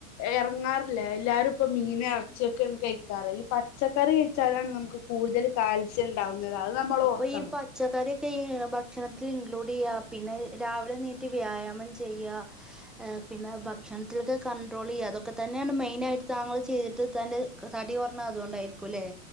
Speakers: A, on the left (about 40°); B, in the centre.
A: ഇറങ്ങാറില്ല എല്ലാരും ഇപ്പ മീൻ ഇറച്ചിയൊക്കെയാണ് കഴിക്കാറ് ഈ പ പച്ചക്കറി കഴിച്ചാലാണ് നമുക്ക് കൂടുതൽ കാൽസ്യം ഉണ്ടാവുന്നത് അത് നമ്മൾ
B: അപ്പൊ
A: ഓർക്കണം
B: ഈ പച്ചക്കറി ഭക്ഷണത്തിൽ ഇൻക്ലൂഡ് ചെയ്യാ പിന്നെ രാവിലെ നീറ്റ് വ്യായാമം ചെയ്യാ പിന്നെ ഭക്ഷണത്തിലൊക്കെ കണ്ട്രോൾ ചെയ്യുക അതൊക്കെ തന്നെയാണ് മെയിൻ ആയിട്ട് താങ്കൾ ചെയ്തിട്ട് തന്റെ തടി കൊറണ ആ അതൊണ്ടായിരിക്കുംല്ലേ